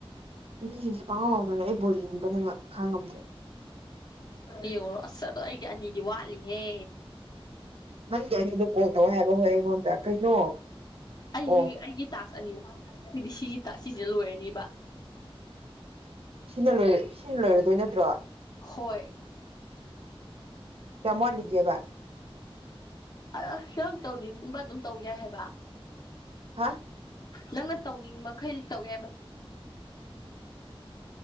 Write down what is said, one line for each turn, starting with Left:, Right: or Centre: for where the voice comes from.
Right: ꯃꯤꯁꯤꯡꯁꯤ ꯄꯥꯡꯉꯧ ꯂꯥꯎꯅꯔꯦ ꯑꯩ ꯕꯣꯜ <unintelligible> ꯈꯥꯡ ꯉꯝꯗ꯭ꯔꯦ
Left: ꯌꯦꯡꯉꯨꯔꯣ ꯑꯁ ꯑꯗꯣ ꯑꯩꯒꯤ ꯑꯅꯤꯗꯤ ꯋꯥꯠꯂꯤꯍꯦ
Right: ꯅꯪꯗꯤ ꯑꯅꯤꯗꯣ ꯀꯣꯜ ꯇꯧ ꯍꯥꯏꯕ ꯍꯣꯏ ꯑꯩꯉꯣꯟꯗ ꯀꯩꯅꯣ
Left: ꯑꯩꯒꯤ
Right: ꯑꯣ
Left: ꯑꯩꯒꯤ ꯇꯥꯛꯁ ꯑꯅꯤꯃꯛꯗꯤ ꯁꯤꯒꯤ ꯇ ꯁꯤꯁꯤꯅ ꯂꯣꯏꯔꯅꯤꯕ
Right: ꯁꯤꯅ ꯂ ꯁꯤꯅ ꯂꯣꯏꯔꯗꯣꯏ ꯅꯠꯇ꯭ꯔꯣ
Left: ꯍꯣꯏ
Right: ꯀꯌꯥꯝ ꯋꯥꯠꯂꯤꯒꯦꯕ
Left: ꯑ ꯁꯪ ꯇꯧꯅꯤꯡꯕ ꯑꯗꯨꯝ ꯇꯧ ꯌꯥꯏ ꯍꯥꯏꯕ
Right: ꯍꯥ
Left: ꯅꯪꯅ ꯇꯧꯅꯤꯡ ꯃꯈꯩ ꯇꯧꯋꯦ ꯍꯥꯏꯕ